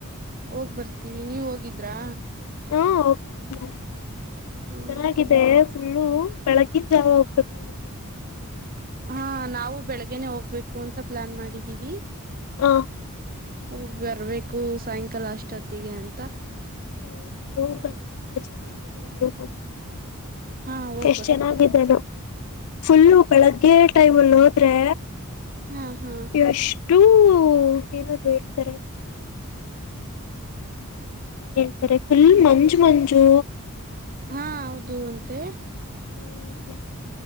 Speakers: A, on the right (about 40°); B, on the left (about 75°).
A: ಹೋಗ್ ಬರ್ತೀವಿ ನೀವ ಹೋಗಿದ್ರಾ.
B: ಹ ಹೋಗಿದ್ದೀನಿ ನ
A: ಹ್ಮ್
B: ಚೆನ್ನಾಗಿದೆ
A: ಹ್ಮ್
B: ಫುಲ್ಲು ಬೆಳಗ್ಗಿನ ಜಾವ ಹೋಗ್ಬೇಕು ನೀವಿ
A: ಹಾ ನಾವು ಬೆಳಗ್ನೆ ಹೋಗ್ಬೇಕು ಅಂತ ಪ್ಲಾನ್ ಮಾಡಿದ್ದೀವಿ.
B: ಹ
A: ಹ ಬರ್ಬೇಕು ಸಾಯಂಕಾಲ ಅಷ್ಟೊತ್ತಿಗೆ ಅಂತ.
B: ಹೋಗ್ಬನ್ನಿ <unintelligible>
A: ಹಾ ಹೋಗ್
B: ಎಷ್ಟ್
A: ಬರ್ತೀವಿ
B: ಚೆನ್ನಾಗಿದ್ದೇನು ಫುಲ್ಲು ಬೆಳಗ್ಗೆ ಟೈಮ್ ಲ್ಲಿ ಹೋದ್ರೆ
A: ಹಾ ಹಾ
B: ಎಷ್ಟು ಓ ಇರೋದು ಹೇಳ್ತಾರೆ ಏನ್ ಹೇಳ್ತಾರೆ ಫುಲ್ ಮಂಜು ಮಂಜು
A: ಹಾ ಹೌದು ಅಂತೆ
B: ಹ್ಮ್